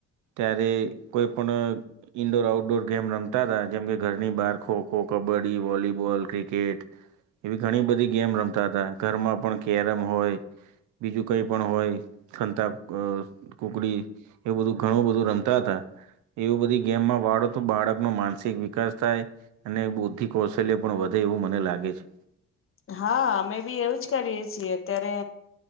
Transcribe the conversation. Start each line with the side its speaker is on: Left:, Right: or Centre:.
Right: ત્યારે કોઈ પણ ઈન્ડોર આઉટડોર ગેમ રમતા હતા જેમકે ઘરની બહાર ખો ખો કબડ્ડી વોલીબોલ ક્રિકેટ એવી ઘણી બધી ગેમ રમતા હતા ઘરમાં પણ કેરમ હોય બીજું કંઈ પણ હોય છનતા અ કુકડી એું બધું ઘણું બધું રમતા હતા એવું બધી ગેમમાં વાળો તો બાળક ન માનસિક વિકાસ થાય અને બુદ્ધિક કૌશલ્ય પણ વધે એવું મને લાગે છે.
Left: હા અમે બી એવું જ કરીએ છીએ અત્યારે